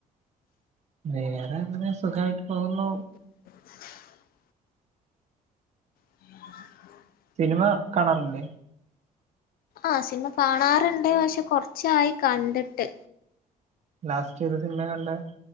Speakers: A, on the right; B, on the left.
A: വേറെ ന്താ അങ്ങനെ സുഖായിട്ട് പോകുന്നു
B: <inaudible> <inaudible>
A: സിനിമ കാണാറില്ലേ
B: ആ സിനിമ കാണാറുണ്ട് പക്ഷെ കൊറച്ചായി കണ്ടിട്ട്
A: ലാസ്റ്റ് ഏത് സിനിമ കണ്ട്